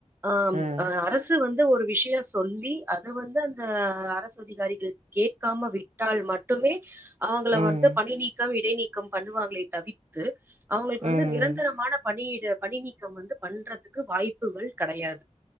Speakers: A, on the right; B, on the right.
A: ஆம்
B: ம்,
A: ஆ து வந்து ஒரு விஷயோ சொல்லி அத வந்து அந்த அரசு அதிகாரிகள் கேட்காம விட்டால் மட்டுமே அவுங்கள
B: ம்,
A: வந்து பணி நீக்கம் இ டே நீக்கம் பண்ணுவாங்களே தவித்து அவுங்குளுக்கு
B: ம்.
A: வந்து நிரந்தரமான பணியிட பணி நீக்கம் வந்து பண்றதுக்கு வாய்ப்புகள் கெடையாது